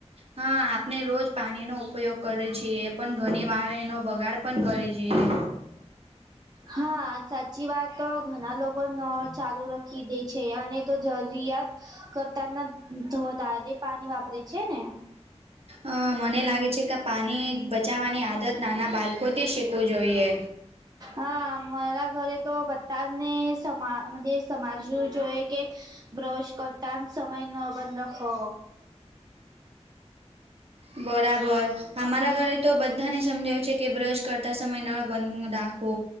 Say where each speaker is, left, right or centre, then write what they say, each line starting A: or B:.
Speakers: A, on the right; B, on the right.
A: હા આપને રોજ પાણીનો ઉપયોગ કરે છે પણ ઘણી વાર એનો બગાડ પણ કરી છેઈએ.
B: હા સાચી વાત ઘણા લોકો નળ ચાલુ રાખી દે છે અને તો જરૂરિયાત કરતા ના વધારે પાણી વાપરે છે ને.
A: આ મને લાગે છે કે આ પાણી બચાવવાની આદત નાના બાળકોથી શીખવું જોઈએ.
B: હા મારા ઘરે તો બધા ને સમા મજે સમજવું જોઈએ કે બ્રશ કરતા સમય નો બંધ રાખો.
A: બરાબર. અમારા ઘરે તો બધા બધાને સમજયુ છે કે બ્રશ કરતા સમય નળ બંધ રાખવો